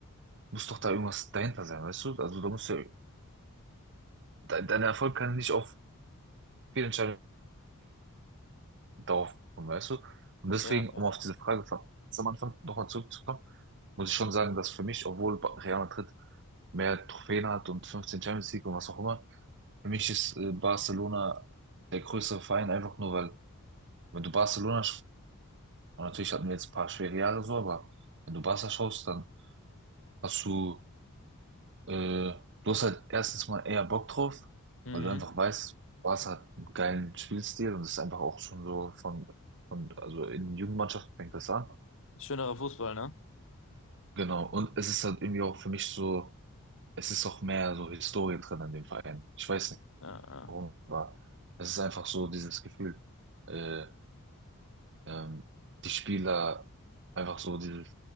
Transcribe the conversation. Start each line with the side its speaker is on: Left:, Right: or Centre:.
Right: muss doch da irgendwas dahinter sein, weißt du? Also da muss ja, de dein Erfolg kann nicht auf Fehlentscheidungen darauf kommen, weißt du? Und deswegen,
Left: ja, ja.
Right: um auf diese Frage von ganz am Anfang nochmal zurückzukommen, muss ich schon sagen, dass für mich, obwohl Ba- Real Madrid mehr Trophäen hat und 15 Champions League und was auch immer, Für mich ist äh, Barcelona der größere Verein, einfach nur weil, wenn du Barcelona schaust, und natürlich hatten wir jetzt ein paar schwere Jahre so, aber wenn du Barca schaust, dann hast du, äh, du hast halt erstens mal eher Bock drauf,
Left: Mhm.
Right: weil du einfach weißt, Barca hat einen geilen Spielstil und es ist einfach auch schon so von, von, also in den Jugendmannschaften fängt das an.
Left: Schönerer Fußball, ne?
Right: Genau, und es ist halt irgendwie auch für mich so, es ist auch mehr so Historie drin an dem Verein. Ich weiß nicht
Left: Ja, ja.
Right: warum, aber es ist einfach so dieses Gefühl. Äh, ähm, die Spieler, einfach so dieses,